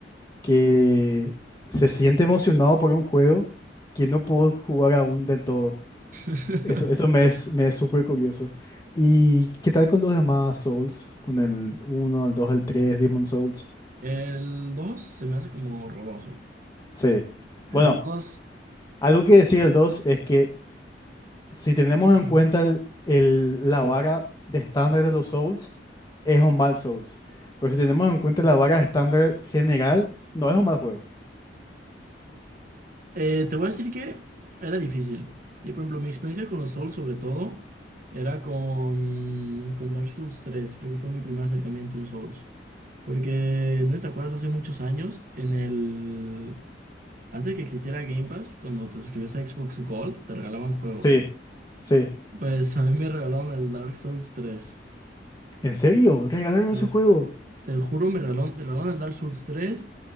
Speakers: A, on the left; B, on the right.
A: que se siente emocionado por un juego que no pudo jugar aún del todo.
B: <laughs>
A: Eso, eso me es, me es súper curioso. ¿Y qué tal con los demás Souls? Con el uno el dos el tres Demon Souls.
B: El 2 se me hace como horroroso.
A: Sí. Bueno,
B: El 2.
A: algo que decir el 2 es que si tenemos
B: <laughs>
A: en cuenta el- el- la vara de estándar de los Souls, es un mal Souls. Pero si tenemos en cuenta la vara de estándar general, no es un mal juego.
B: Eh, te voy a decir que era difícil. Y por ejemplo, mi experiencia con los Souls, sobre todo, era con, con Dark Souls tres Creo que fue mi primer acercamiento a un Souls. Porque, ¿no te acuerdas? Hace muchos años, en el... Antes de que existiera Game Pass, cuando te suscribías a Xbox Gold, te regalaban juegos.
A: Sí, sí.
B: Pues a mí me regalaron el Dark Souls tres
A: ¿En serio? ¿Regalaron
B: Te
A: ese
B: lo-
A: juego?
B: te juro, me regalaron, me regalaron el Dark Souls tres